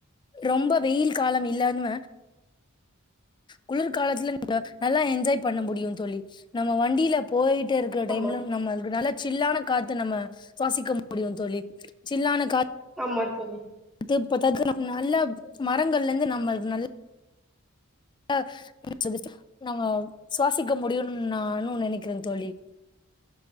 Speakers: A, on the left; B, in the centre.
A: ரொம்ப வெயில் காலம் இல்லாம குளுர்காலத்துல நம்ம நல்லா என்ஜாய் பண்ண முடியு தோழி நம்ம வண்டில போய்ட் டு இருக்குற டைம்ல
B: ஆமா
A: நம்மளுக்கு நல்ல சில்லான காத்து நம்ம சுவாசிக்க முடியு தோழி சில்லான காத்
B: மட்டு <unintelligible>
A: அதுப்பத்தாத்க்கு நம்ம நல்ல மரங்கள்ல இருந்து நம்ம நல் ல <inaudible> நம்ம சுவாசிக்க முடியுன்னு நானு நெனைக்கிறே தோழி